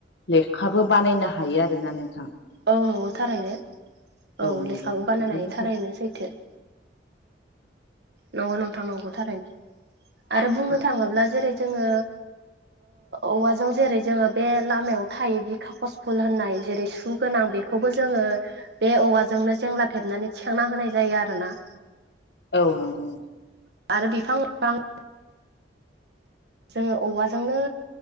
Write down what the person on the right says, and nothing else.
औ नंगौ थारैनो औ
लेखाबो बानायनो
हायो थारैनो सैथो। नंगौ नोंथां नंगौ थारैनो आरो बुंनो
थाङोब्ला जेरै जोङो औवाजों जेरै जोङो बे लामायाव थायोदि कागस फुल होननाय जेरै सुगोनां बेखौबो जोङो बे औवाजोंनो जेंला फेबनानै थिखांना होनाय जायो आरोना
आरो बिफां लाफां जोङो औवाजोंनो